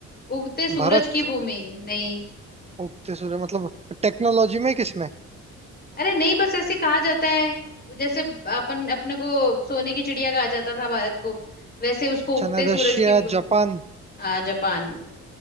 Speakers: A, on the left (about 30°); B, on the right (about 20°).
A: उगते सूरज
B: भारत
A: की भूमि नहीं
B: उगते सूर्य मतलब टेक्नोलॉजी में किसमें
A: अरे नहीं बस ऐसे कहा जाता है जैसे अपन अपने को सोने की चिड़िया कहा जाता था भारत को वैसे उसको
B: अच्छा
A: उगते
B: ना
A: सूरज
B: रशिया
A: की भूमि
B: जापान
A: हाँ जापान